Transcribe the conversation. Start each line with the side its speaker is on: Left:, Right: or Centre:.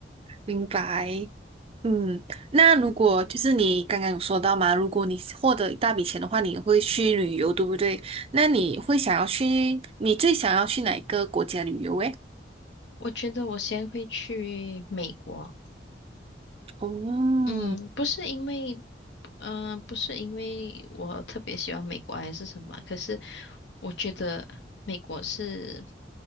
Right: 明白。嗯，那如果就是你刚刚有说到嘛，如果你获得一大笔钱的话，你会去旅游，对不对？那你会想要去，你最想要去哪一个国家旅游？诶？
Left: 我觉得我先会去美国，
Right: 哦，
Left: 嗯，不是因为。嗯、呃不是因为我特别喜欢美国还是什么，可是我觉得美国是